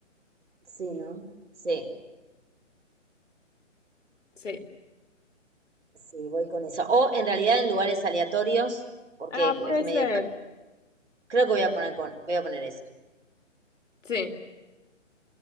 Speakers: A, on the right; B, on the left.
A: Sí, ¿no? Sí,
B: Sí,
A: sí, voy con eso. O en realidad en lugares aleatorios, porque
B: Ah,
A: es
B: puede
A: medio.
B: ser.
A: Creo que voy a poner con, voy a poner esa.
B: sí.